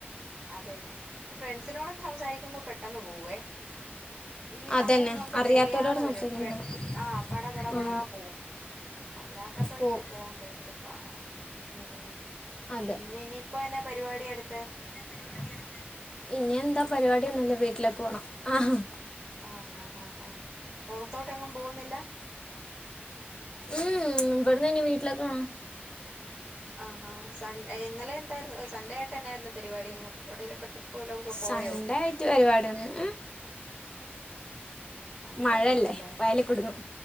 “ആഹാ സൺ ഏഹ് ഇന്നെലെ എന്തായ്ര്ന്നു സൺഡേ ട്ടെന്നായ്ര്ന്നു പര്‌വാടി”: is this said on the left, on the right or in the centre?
Right